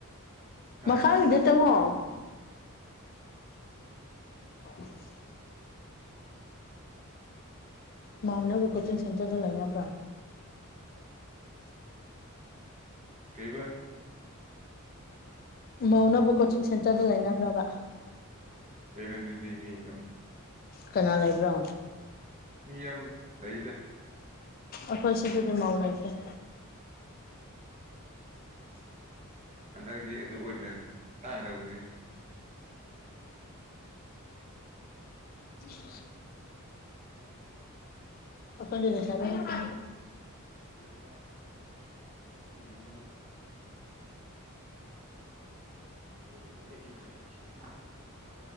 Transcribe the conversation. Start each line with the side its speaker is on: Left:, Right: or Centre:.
Right: ꯍꯥ
Left: ꯃꯈꯥꯒꯤꯗ ꯆꯪꯉꯣ <inaudible> ꯃꯪꯅꯕꯕꯨ ꯀꯣꯆꯤꯡ ꯁꯦꯟꯇꯔꯗ ꯂꯩꯅꯕ꯭ꯔꫭ
Right: ꯀꯩ ꯍꯥꯏꯕꯥ
Left: ꯃꯧꯅ ꯕꯨ ꯀꯣꯆꯤꯡ ꯁꯦꯟꯇꯔꯗ ꯂꯩꯅꯕ꯭ꯔꯕꯥ
Right: ꯔꯤꯅꯩꯗꯨꯗꯤ ꯃꯤ ꯑꯗꯨꯝ
Left: ꯀꯅꯥ ꯂꯩꯕ꯭ꯔꯣ
Right: ꯃꯤ ꯌꯥꯝ ꯂꯩꯗ
Left: ꯑꯩꯈꯣꯏ ꯁꯤꯗꯥꯗꯤ ꯃꯧ ꯂꯩꯇꯦ
Right: ꯍꯟꯗꯛꯇꯗꯤ ꯑꯗꯨ ꯑꯣꯏꯅ ꯇꯥꯡꯅꯕꯅꯦ
Left: <unintelligible> ꯑꯩꯈꫭꯏꯗꯤ ꯔꯤꯁꯥꯕꯤ ꯅꯠꯇꯦ
Right: <unintelligible> <unintelligible>